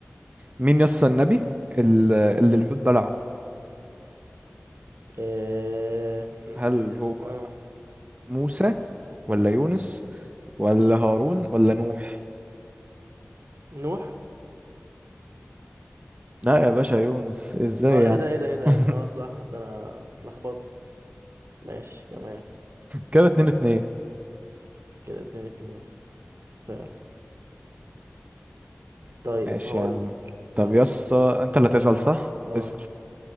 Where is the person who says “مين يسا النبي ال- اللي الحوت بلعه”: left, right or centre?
Right